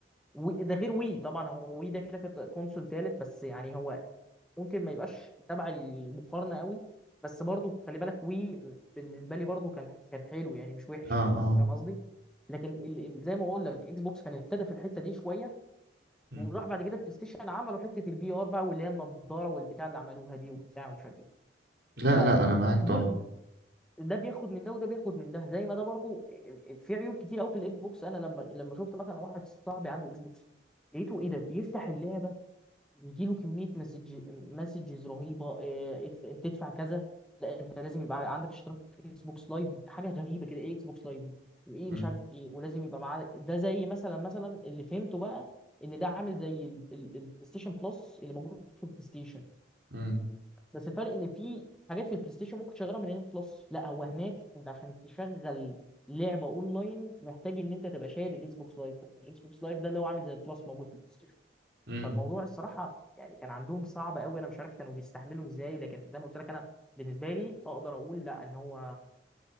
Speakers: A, in the centre; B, on the right.
A: وده غير وي طبعا هو وي ده كده كانت كونسول ثالث بس يعني هو ممكن ما يبقاش تبع المقارنه قوي بس برضو خلي بالك وي بالنسبه لي برضو كان كان حلو يعني مش وحش
B: اه اه
A: فاهم قصدي لكن ال... ال... زي ما اقول لك اكس بوكس كان ابتدى في الحته دي شويه
B: مم.
A: وراح بعد كده بلاي ستيشن عملوا حته الفي ار بقى واللي هي النضاره والبتاع اللي عملوها دي وبتاع ومش عارف ايه
B: لا
A: فدول
B: لا انا معاك طبعا
A: ده بياخد من ده وده بياخد من ده زي ما ده برضو آه، آه، في عيوب كتير قوي في الاكس بوكس انا لما لما شفت مثلا واحد صاحبي عنده اكس بوكس لقيته ايه ده بيفتح اللعبه بيجيله كمية مسج مسجز رهيبة إيه، إف- إنت تدفع كذا لا انت لازم يبقى عندك اشتراك في اكس بوكس لايف حاجة غريبة كده ايه اكس بوكس لايف دي وايه
B: مم.
A: مش عارف ايه ولازم يبقى معاه ده زي مثلا مثلا اللي فهمته بقى ان ده عامل زي ال- ال- البلاي ستيشن بلس اللي موجود في البلاي ستيشن
B: مم.
A: بس الفرق ان في حاجات في البلاي ستيشن ممكن تشغلها من هنا في بلس لا هو هناك انت عشان تشغل لعبة اونلاين محتاج ان انت تبقى شايل الاكس بوكس لايف ده الاكس بوكس لايف ده اللي هو عامل زي البلس موجود في البلاي ستيشن
B: مم.
A: فالموضوع الصراحه يعني كان عندهم صعب قوي انا مش عارف كانوا بيستحملوا ازاي لكن زي ما قلت لك انا بالنسبه لي اقدر اقول لا ان هو